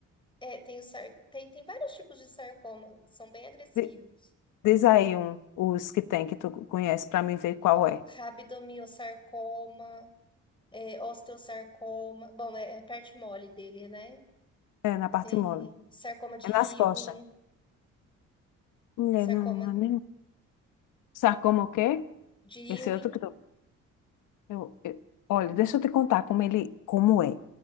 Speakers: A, on the left; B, on the left.
A: É, tem, o sar... tem, tem vários tipos de sarcoma, são bem agressivos.
B: Di- Diz aí um, os que tem que tu conhece para mim ver qual
A: Ó,
B: é.
A: rabdomiossarcoma. é, osteosarcoma. Bom, é, é parte mole dele, né?
B: É na parte
A: Tem
B: mole.
A: sarcoma de
B: É
A: Ewing,
B: nas costas. Mulher,
A: sarcoma
B: não, não é nem. Sarcoma o quê?
A: de
B: Esse
A: Ewing.
B: outro que Eu, eu- olha, deixa eu te contar como ele, como é.